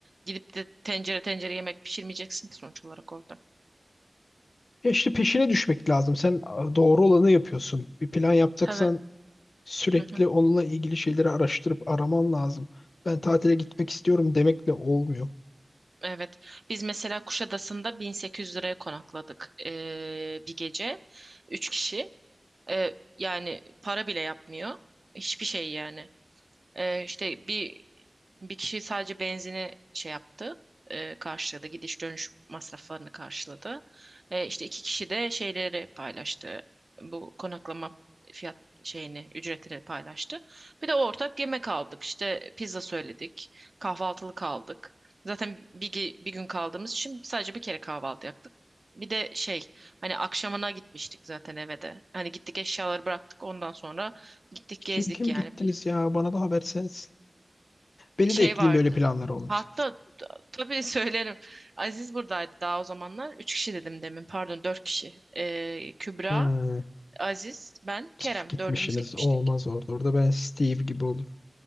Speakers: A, on the right (about 50°); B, on the left (about 65°).
A: gidip de tencere tencere yemek pişirmeyeceksin ki sonuç olarak orada.
B: Ya işte peşine düşmek lazım. Sen a, doğru olanı yapıyorsun. Bir plan yapacaksan
A: Tabii.
B: sürekli
A: Hı hı.
B: onunla ilgili şeyleri araştırıp araman lazım. Ben tatile gitmek istiyorum demekle olmuyor.
A: Evet. Biz mesela Kuşadası'nda 1800 liraya konakladık ee, bir gece. Üç kişi. Ee, yani para bile yapmıyor. Hiçbir şey yani. Ee, işte bir bir kişi sadece benzini şey yaptı, e, karşıladı, gidiş dönüş masraflarını karşıladı. E, işte iki kişi de şeyleri paylaştı, bu konaklama fiyat şeyini, ücretini paylaştı. Bir de ortak yemek aldık, işte pizza söyledik, kahvaltılık aldık. Zaten bir, ge- bir gün kaldığımız için sadece bir kere kahvaltı yaptık. Bir de şey hani akşamına gitmiştik zaten eve de. Hani gittik eşyaları bıraktık ondan sonra gittik
B: Kim
A: gezdik
B: kim
A: yani
B: gittiniz ya? Bana da haber sen. Beni
A: şey
B: de ekleyin
A: vardı.
B: böyle planlara olunca.
A: Hatta tabii söylerim. Aziz buradaydı daha o zamanlar. Üç kişi dedim demin. Pardon dört kişi. Ee, Kübra,
B: Ha.
A: Aziz, ben,
B: Çift
A: Kerem.
B: gitmişsiniz
A: Dördümüz gitmiştik.
B: olmaz orada. Orada ben Steve gibi olurum.